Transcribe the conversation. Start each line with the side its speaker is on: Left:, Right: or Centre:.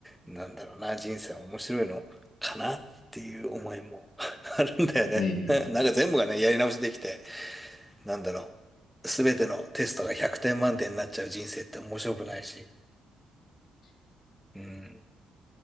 Centre: なんだろうな、人生は面白いのかなっていう思いも <laughs> あるんだよね。
Left: に。うん
Centre: <laughs> なんか全部がね、やり直しできて、なんだろう、すべてのテストが100点満点になっちゃう人生って面白くないし、うん。